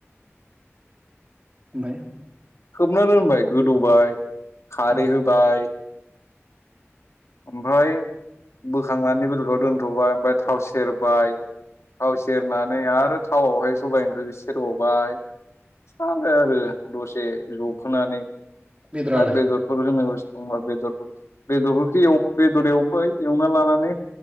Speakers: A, on the right; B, on the left.
A: ओमफाय?
B: खोबना दोनबाय गोदौबाय। खारै
A: ओमफ्राय
B: होबाय ओमफ्राय बोखांनानै बेलगआव दोनथ'बाय ओमफ्राय थाव सेरबाय थाव सेरनानै आरो थावआवहाय सबाय ओंख्रिखौ सेरबावबाय फिसानो आरो। दसे जबोहोनानै
A: बेदरालाय
B: आरो बेदरफोर होनांगौ दंबा बेदरफोर बेदर ओंख्रियाव बेदर एवबाय एवना लानानै